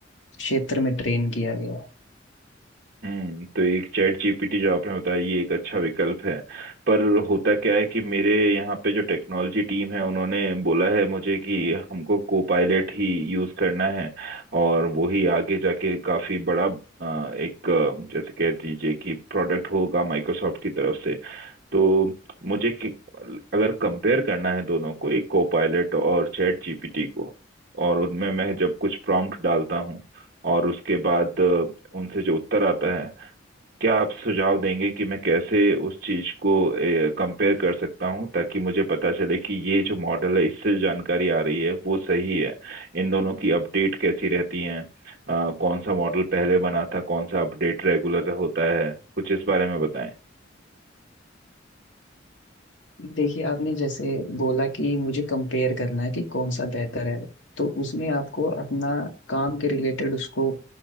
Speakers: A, on the left; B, on the right.
A: क्षेत्र में ट्रेन किया गया है
B: हम्म तो एक चैट जीपीटी जो आपने बताया ये एक अच्छा विकल्प है पर होता क्या है कि मेरे यहाँ पे जो टेक्नोलॉजी टीम है उन्होंने बोला है मुझे कि हमको कोपायलट ही यूज करना है और वो ही आगे जाके काफी बड़ा अ, एक अ, जैसे कह दीजिए कि प्रोडक्ट होगा माइक्रोसॉफ्ट की तरफ से तो मुझे कि, अगर कंपेयर करना है दोनों को एक कोपायलट और चैट जीपीटी को और उनमें मैं जब कुछ प्रॉम्प्ट डालता हूँ और उसके बाद अ, उनसे जो उत्तर आता है क्या आप सुझाव देंगे कि मैं कैसे उस चीज को कंपेयर कर सकता हूँ ताकि मुझे पता चले कि ये जो मॉडल है इससे जो जानकारी आ रही है वो सही है इन दोनों की अपडेट कैसी रहती है कौन सा मॉडल पहले बना था कौन सा अपडेट रेगुलर होता है कुछ इस बारे में बताएं
A: देखिए आपने जैसे बोला कि मुझे कंपेयर करना है कि कौन सा बेहतर है तो उसमें आपको अपना काम के रिलेटेड उसको